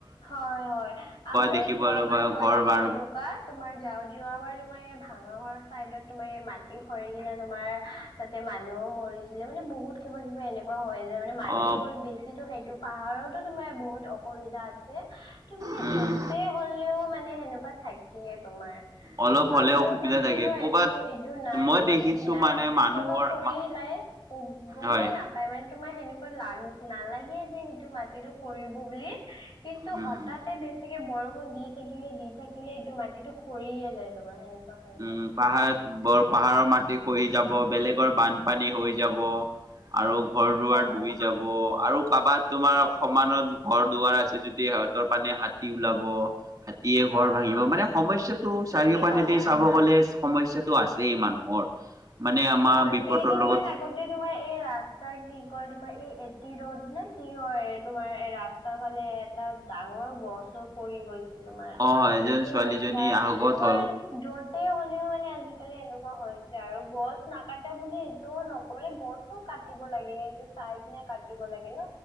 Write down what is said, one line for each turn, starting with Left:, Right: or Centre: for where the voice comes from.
Left: হয় হয় আমাৰ
Right: দেখিবলৈ
Left: যোৱাবাৰ
Right: বা
Left: হৈছিল
Right: ঘৰ বাৰ
Left: এেনেকুৱাত। তোমাৰ যা যোৱাবাৰ তোমাৰ এই ভাঙৰৰ চাইডত তোমাৰ এই মাটি খহি কিনে তোমাৰ তাতে। মানুহো মৰিছিলে মানে বহুত কিবা কিবি এনেকুৱা হয়। যে মানে মাটি
Right: অ',
Left: খহি বেছিটো সেইটো পাহাৰতো তোমাৰ বহুত অসুবিধা আছ। ছে তোমাৰ
Right: উম,
Left: যতে হলেও মানে সেনেকুৱা থাকে তোমাৰ।
Right: অলপ
Left: পাহাৰৰ
Right: হ'লেও অসুবিধা
Left: মাটিৰো
Right: থাকে ক'বাত
Left: একো এইটো নাই
Right: মই
Left: গেৰেণ্টি
Right: দেখিছো
Left: নাই
Right: মানে
Left: আৰু কেতিয়াবা
Right: মানুহৰ
Left: খৰি
Right: মা
Left: যাই। গমেই
Right: হয়,
Left: নাপায় মানে তোমাৰ সেনেকুৱা। নালাগিয় যে সেইটো মাটিটো সৰিব বুলি কিন্তু
Right: উম।
Left: হঠাতে
Right: উম।
Left: বেছি। কে বৰষুণ দি থাকিলে দি থাকিলে এইটো মাটিতটো সৰিয়ে যায় তোমাৰ সেনেকুৱা। হৈ
Right: উম
Left: যায়
Right: পাহাৰত বৰ পাহাৰৰ মাটি খহি যাব বেলেগৰ বানপানী হৈ যাব আৰু ঘৰ দুৱাৰ
Left: হয়
Right: ডুবি যাব আৰু কাৰবাৰ তোমাৰ সমানত ঘৰ দুৱাৰ আছে যদি সিহঁতৰ পানে হাতী ওলাব হাতীয়ে
Left: হয়
Right: ঘৰ ভাঙিব
Left: হয়
Right: মানে সমস্যাটো
Left: ঠিকেই
Right: চাৰিও পিনেদি
Left: ক'লা
Right: সমস্যাটো আছেই মানুহৰ মানে আমাৰ
Left: হয়
Right: বিপদৰ
Left: কেইদিন
Right: লগত
Left: মান আগতে তোমাৰ এই ৰাস্তা কি কয় তোমাৰ এই তিৰদ নে কি হয় তোমাৰ ৰাস্তাৰ ফালে এটা ডাঙৰ গছো পৰি গৈছে পৰিছিল তোমাৰ
Right: অ', এজন
Left: সেইটো
Right: ছোৱালীজনী আহগত
Left: তোমাৰ
Right: হ'ল।
Left: য'ত গোটেই হ'লেও মানে আজিকালি এনেকুৱা হৈছে আৰু গছ নাকাটে বুলি এইটোও নকও কিন্ত গছো কাটিব লাগে এইটো চাই কিনে কাটিব লাগে ন